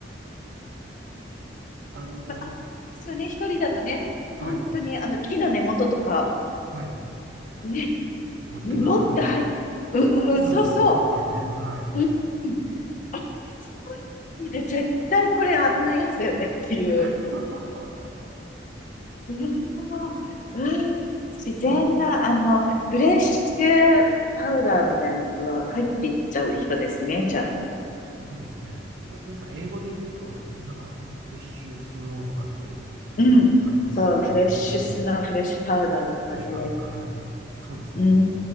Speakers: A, on the right (about 75°); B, on the left (about 45°).
A: <laughs> あの、
B: まあ、危ないですよね、一人だとね。
A: はい。
B: 本当に、あの、木の根元とか、
A: はい。
B: ね、
A: 大きな穴、
B: ズボって入っ、うんうん、
A: 大きな穴開いてますからね。
B: そうそ
A: はい。
B: う。うん。あ、一人で絶対これ危ないやつだよねっていう。
A: <laughs>
B: うーん、うーん自然な、
A: うん
B: あの、フレッシュパウダーみたいなところが入っていっちゃう人ですね、じゃあ。
A: そうですね。うなんか英語で言うと、ふなんかフ、フレッシュスノーとかって言う、言ったりとかするみたいな、
B: うん。そう、フレッシュスノーフレッシュパウダーとかで、
A: フレッシュパウダーはい。そうですね。
B: うー